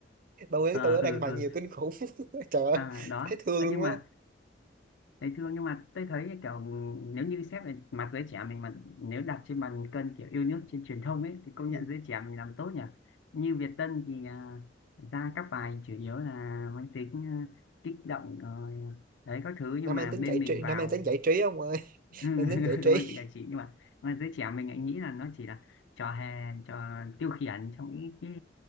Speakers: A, on the right (about 50°); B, on the left (about 80°).
A: 30 tháng
B: à,
A: 4 nó đăng
B: ừ
A: bài
B: ừ
A: nhiều kinh khủng <laughs> trời ơi
B: à, đó
A: thấy thương
B: Ơ,
A: luôn
B: nhưng mà
A: á
B: thầy thương nhưng mà tôi thấy kiểu ừ, nếu như xét về mặt giới trẻ mình mà nếu đặt trên bàn cân kiểu yêu nước trên truyền thông ấy thì công
A: ừ.
B: nhận giới trẻ mình làm tốt nhỉ như Việt Tân thì à, ra các bài chủ yếu là mang tính à, kích động rồi à, đấy các thứ
A: nó
B: nhưng
A: mang
B: mà
A: tính
B: bên
A: giải
B: mình
A: trí
B: vào
A: nó mang tính giải trí ông ơi
B: <laughs>
A: mang tính giải trí
B: mang tính giải trí nhưng mà, mà giới trẻ mình lại nghĩ là nó chỉ là trò hề trò tiêu khiển trong những cái,